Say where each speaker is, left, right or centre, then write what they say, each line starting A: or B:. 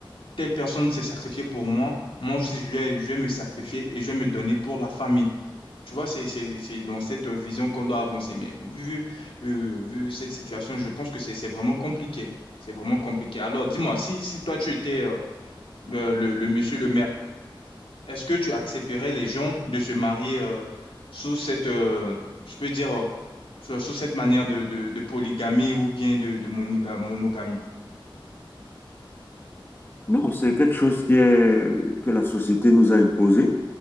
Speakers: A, on the left; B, on the left.
A: telle personne s'est sacrifiée pour moi, moi aussi je vais, je vais me sacrifier et je vais me donner pour la famille. Tu vois, c'est c'est- c'est dans cette vision qu'on doit avancer. Mais vu, vu, vu cette situation, je pense que c'est c'est vraiment compliqué. C'est vraiment compliqué. Alors, dis-moi, si, si toi, tu étais euh, euh, le, le monsieur le maire, est-ce que tu accepterais les gens de se marier euh, sous cette, euh, je peux dire, euh, sous, sous cette manière de, de, de polygamie ou bien de, de monoga- monogamie?
B: Non, c'est quelque chose qui est, que la société nous a imposé.